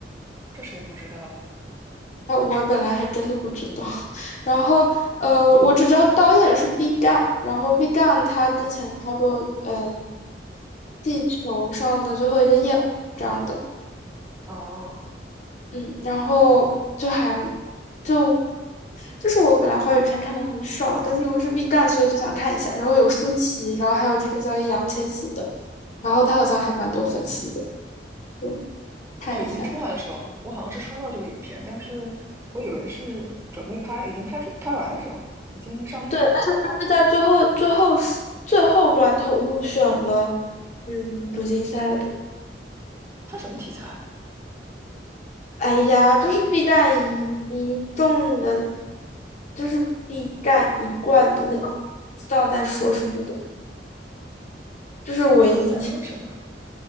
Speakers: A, on the right; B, on the left.
A: 这谁不知道？
B: 啊，我本来还真的不知道，<laughs> 然后呃，我只知道导演是毕赣，然后毕赣他之前拍过嗯、呃地球上的最后一个夜晚这样的，
A: 哦
B: 嗯，然后就还就就是我本来华语片看的很少，但是因为是毕赣，所以就想看一下，然后有舒淇，然后还有这个叫易烊千玺的，然后他好像还蛮多粉丝的，就看一下。
A: 哦，已经出来了是吧？我我好像是刷到这个影片，但是我以为是准备拍，已经拍出拍完了是吧？已经上映了。
B: 对，而且他是在最后最后最后关头入选了，嗯，主竞赛的。
A: 它什么题材？
B: 哎呀，就是必战一一众的，就是必战一贯的那种，不知道在说什么的，就是文艺青，
A: 不知道在说什么，